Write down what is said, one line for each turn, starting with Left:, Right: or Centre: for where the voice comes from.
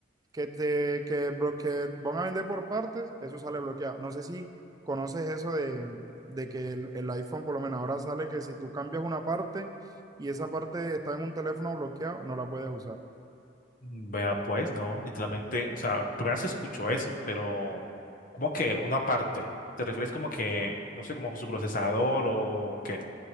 Right: que te que, blo- que van a vender por partes, eso sale bloqueado. No sé si conoces eso de, de que el, el iPhone por lo menos ahora sale que si tú cambias una parte y esa parte está en un teléfono bloqueado, no la puedes usar.
Left: Vea, pues, no, literalmente, o sea, primero se escuchó eso, pero como que una parte, ¿te refieres como que, no sé, como su procesador o qué?